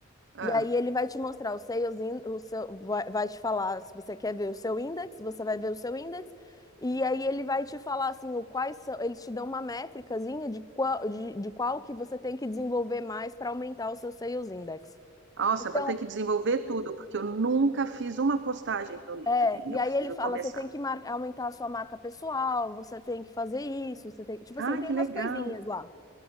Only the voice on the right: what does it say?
Ah.
Nossa,
vou ter que desenvolver tudo, porque eu nunca fiz uma postagem no LinkedIn.
Eu
preciso
começar.
Ah,
que
legal.